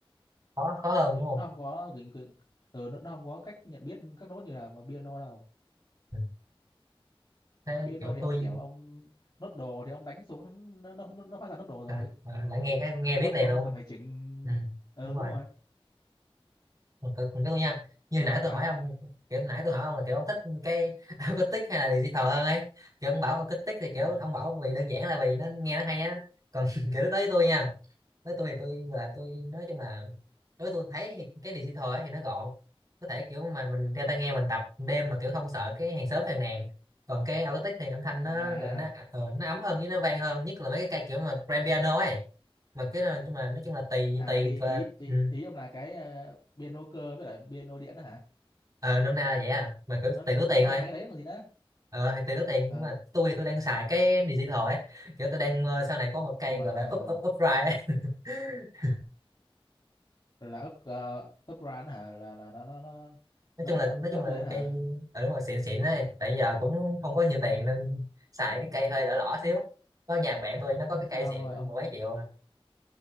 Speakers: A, on the right; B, on the left.
A: khó khó hơn đúng không
B: nó không có gửi- gửi- ừ, nó nó không có cách nhận biết các nốt như là piano đâu
A: ừ. thế
B: piano
A: kiểu
B: thì
A: tôi
B: ông kiểu ông nốt đồ thì ông đánh xuống nó nó nó, nó phát ra nốt đồ rồi
A: à, à, lại nghe cái nghe biết
B: Ờ,
A: liền
B: ông
A: luôn
B: không cần phải chỉnh
A: ừ.
B: ờ
A: đúng rồi
B: đúng rồi
A: mình cứ mình cứ nha như
B: kiểu
A: nãy
B: ông sao
A: tôi hỏi ông kiểu nãy tôi hỏi ông là kiểu ông thích cái <laughs> acoustic hay là digital hơn ấy kiểu ông bảo acoustic thì kiểu
B: ờ
A: ông bảo vì đơn giản là vì nó nghe nó hay á còn <laughs> kiểu lúc đó với tôi nha với tôi thì tôi là tôi nói chung là đối với tôi thấy thì cái digital ấy thì nó gọn có thể kiểu mà mình đeo tai nghe mình tập đêm mà kiểu không sợ cái hàng xóm phàn nàn còn cái acoustic thì âm thanh nó
B: à à
A: gọi nó
B: à
A: ờ, nó ấm hơn với nó vang hơn nhất là mấy cái cây kiểu mà grand piano ấy mà cái nói chung là nói chung là tùy
B: À,
A: tùy
B: thì
A: gọi
B: thì,
A: là,
B: thì
A: ừ.
B: ý ông là cái ờ, piano cơ với lại piano điện đó hả
A: ờ nôm na là vậy à mà cứ
B: nó là
A: tùy túi
B: nó,
A: tiền
B: nó
A: thôi
B: là hai cái đấy còn gì nữa
A: ờ hay tùy túi tiền
B: ờ
A: nhưng mà tôi thì tôi đang xài cái digital ấy kiểu tôi đang ờ, sau này có một cây
B: nhưng mà
A: gọi là up
B: ờ
A: up up ride ấy <laughs>
B: là up uh, up brand hả là là nó nó nó
A: nói
B: nó
A: chung là
B: nó,
A: nói
B: nó
A: chung
B: up
A: là
B: lên hả
A: cây ờ đúng rồi xịn xịn đấy tại giờ cũng không có nhiều tiền nên xài cái cây hơi đỏ lỏ xíu có nhà mẹ tôi nó có cái
B: không sao
A: cây xịn
B: ông ơi
A: mười
B: ông
A: mấy triệu